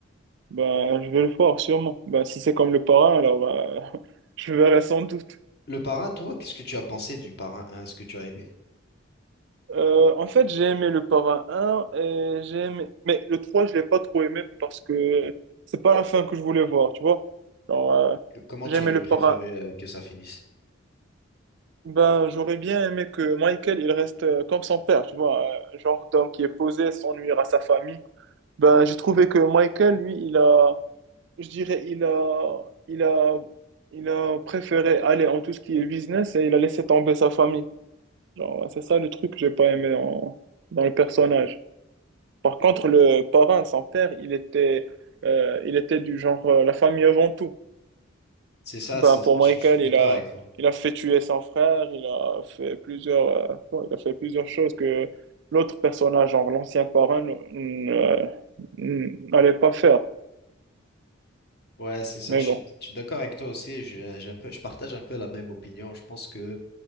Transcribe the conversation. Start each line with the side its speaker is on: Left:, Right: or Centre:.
Right: Bah, je vais le voir, sûrement. Bah, si c'est comme le parrain, alors bah, <laughs> je verrai sans doute.
Left: Le parrain, toi, qu'est-ce que tu as pensé du parrain 1? Est-ce que tu as aimé?
Right: Euh, en fait, j'ai aimé le parrain un et j'ai aimé... Mais le 3, je l'ai pas trop aimé parce que c'est pas la fin que je voulais voir, tu vois. Alors, euh,
Left: Que- Comment
Right: j'ai
Left: tu
Right: aimé
Left: aurais
Right: le
Left: préféré
Right: parrain.
Left: euh, que ça finisse?
Right: Ben, j'aurais bien aimé que Michael, il reste euh, comme son père, tu vois. euh, genre d'homme qui est posé, s'ennuie à sa famille. Ben, j'ai trouvé que Michael, lui, il a... je dirais, il a, il a, il a préféré aller en tout ce qui est business et il a laissé tomber sa famille. Genre, c'est ça le truc que j'ai pas aimé en- dans le personnage. Par contre, le parrain, son père, il était, euh, il était du genre euh, la famille avant tout.
Left: C'est ça,
Right: Ben,
Left: c'est-
Right: pour Michael,
Left: je, je suis d'accord
Right: il a,
Left: avec toi.
Right: il a fait tuer son frère, il a fait plusieurs, euh, bon, il a fait plusieurs choses que l'autre personnage, genre l'ancien parrain, n- n- euh, n- n'allait pas faire.
Left: Ouais, c'est ça,
Right: Mais
Left: je
Right: bon,
Left: suis, je suis d'accord avec toi aussi. J'ai, j'ai un peu, je partage un peu la même opinion. Je pense que